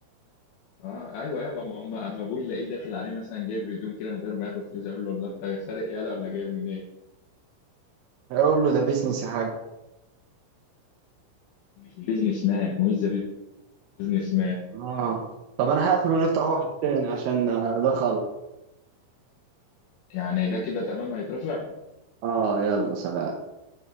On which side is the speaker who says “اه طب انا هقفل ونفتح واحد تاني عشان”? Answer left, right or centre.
Right